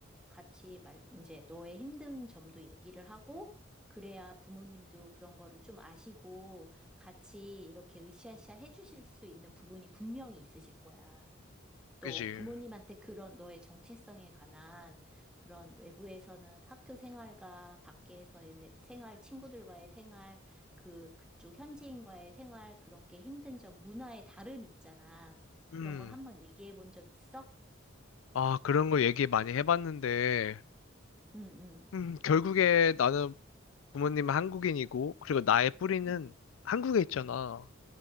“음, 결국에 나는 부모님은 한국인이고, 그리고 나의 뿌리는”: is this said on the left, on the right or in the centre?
Left